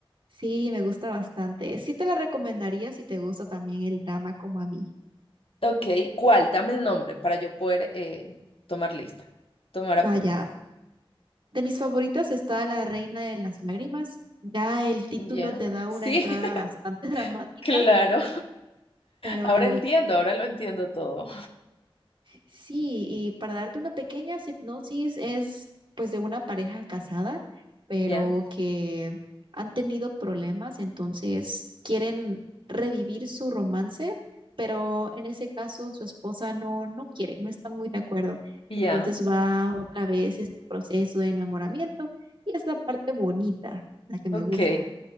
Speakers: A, on the right; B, on the left.
A: sí, me gusta bastante. Sí te la recomendaría si te gusta también el drama como a mí.
B: Ok, ¿cuál? Dame el nombre para yo poder eh, tomar lista, tomar
A: Vaya,
B: apunte.
A: de mis favoritas está La Reina de las Lágrimas. Ya el título
B: Ya.
A: te da
B: Sí,
A: una entrada
B: <laughs>
A: bastante <laughs> dramática
B: claro.
A: pero
B: Ahora entiendo, ahora lo entiendo todo.
A: Sí, y para darte una pequeña hipnosis es pues de una pareja casada, pero
B: Ya.
A: que han tenido problemas, entonces quieren revivir su romance, pero en ese caso su esposa no, no quiere, no está muy de acuerdo.
B: Ya,
A: Entonces va otra vez este proceso de enamoramiento y es la parte bonita, la que
B: ok.
A: me gusta.